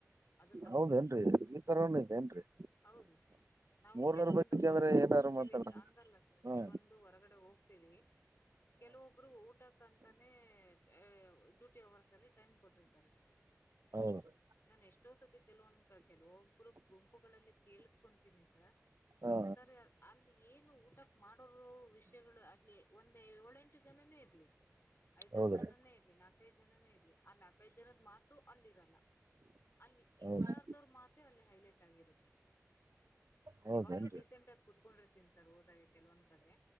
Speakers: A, on the left; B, on the right.
A: ಅದು ಸತ್ಯ
B: ಹೌದೇನ್ರರಿ ಈ ತರನು
A: ಹೌದು
B: ಇದೇನ್ರರಿ
A: ಹೌದು ಸರ್ ನಾವು
B: ಮೂರನೂರ್
A: ಕೆಲವೊಂದು
B: ಬಗ್ಗೆ
A: ಹೊರಗಡೆ
B: ಅಂದ್ರೆ ಏನಾರು
A: ಹೋಗ್ತಿವಿ
B: ಮಾತಾಡ
A: ಸಾ ಹಂಗಲ್ಲ ಸರ್
B: ಹ್ಮ
A: ಕೆಲವೊಂದು ಹೊರಗಡೆ ಹೋಗ್ತೀವಿ ಕೆಲವೊಬ್ಬ್ ಊಟಕ್ಕಂತಾನೆ ಅ ಡ್ಯೂಟಿ ಅವರ್ಸ್ ಅಲ್ಲಿ ಟೈಮ್ ಕೊಟ್ಟಿರ್ತಾರೆ ಸರ್.
B: ಹೌದ್ರಿ
A: ನಾನ್ ಎಷ್ಟೋ ಸತಿ ಕೆಲವೊಂದು ಕೆಲವೊಬ್ರು ಗುಂಪುಗಳಲ್ಲಿ ಕೇಳಿಸ್ಕೊಂತೀನಿ ಸರ್
B: ಹಾ
A: ಸರ್ ಅಲ್ಲಿ ಏನು ಊಟಕ್ ಮಾಡೋರು ವಿಷ್ ಗಳು ಅಲ್ಲಿ ಒಂದ ಏಳೆಂಟು ಜನನೇ ಇರ್ಲಿ ಐದಾರು
B: ಹೌದ್ರಿ
A: ಜನಾನೇ ಇರ್ಲಿ ನಾ ನಾಲ್ಕೈದ ಜನನೇ ಇರ್ಲಿ ಆ ನಾಲ್ಕೈದು ಜನದ ಮಾತು ಅಲ್ಲಿ ಇರಲ್ಲಾ. ಅಲ್ಲಿ ಇರ್ಲಾರ್ದವ್ರ
B: ಹೌದ
A: ಮಾತೆ ಅಲ್ಲಿ ಹೈಲೈಟ್ ಆಗಿರುತ್ತೆ
B: ಹೌದೇನ್ರಿ
A: ಯಾವಾಗ್ಲೂ ಡೀಸೆಂಟ್ ಆಗಿ ಕುತ್ಕೊಂಡಿರ್ತೀನಿ ಸರ್ ಹೋದಾಗ ಕೆಲವೊಂದ್ ಕಡೆ